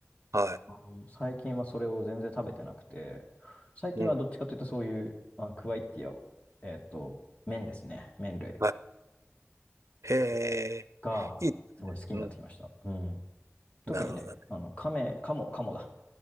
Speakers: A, on the right; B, on the left.
A: はい。
B: あの最近はそれを全然食べてなくて、最近はどっちかというとそういう、
A: うん。
B: あ、クワイティアを、えっと、麺ですね。麺類。
A: はい。へえ、
B: が、
A: いいですね。
B: すごい好きになってきました。
A: うん。
B: うん。特にね、
A: なるほどね。
B: あの、亀、鴨、鴨だ。